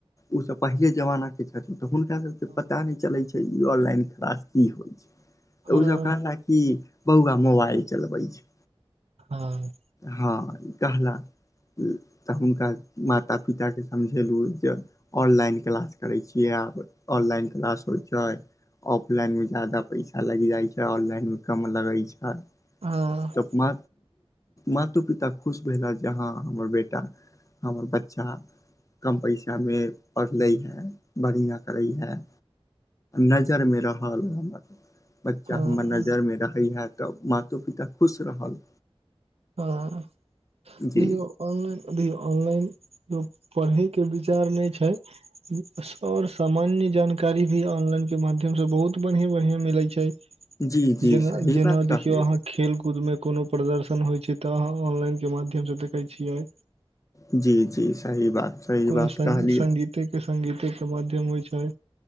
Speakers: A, on the left; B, on the right.
A: उ सब पहिले जमाना के- तऽ हुनका सबके
B: हँ
A: पता नहि चलै छै ई ऑनलाइन क्लास की होय छै तऽ
B: हँ
A: ओ सब कहलक- कि बौआ मोबाइल चलबै छै।
B: हँ।
A: हँ कहला- तऽ हुनका माता पिता के समझेलू जे- ऑनलाइन क्लास करै छियै आब ऑनलाइन क्लास होय छैय। ऑफलाइनमे ज्यादा पैसा लैग जाय छै ऑनलाइनमे कम लगै छै।
B: ह-
A: तऽ मा मातो पिता खुश भेलाह जे हँ हमर बेटा। हमर बच्चा। कम पैसा मे पढ़लै हे बढ़िआँ करै हेए। नजर मे रहल हमरा। बच्चा
B: हँ
A: हमर नजर मे रहै है तऽ मातो पिता खुश रहल।
B: हँ
A: जी
B: तयो ऑनलाइन अभी ऑनलाइन जो पढ़ैके विचार नै छै। सर सामान्य जानकारी भी ऑनलाइन के माध्यम से बहुत बढ़िआं बढ़िआं मिलै छै।
A: जी जी
B: जेना
A: सही
B: जेना
A: बात कहलियै
B: देखियौ आहाँक खेल कूद में कोनो प्रदर्शन होय छै तऽ आहाँ ऑनलाइन के माध्यम से देखेै छियै।
A: जी, जी सही बात। सही
B: कोनो
A: बात
B: सं
A: कहलियै
B: संगीते के संगीते के माध्यम होय छै।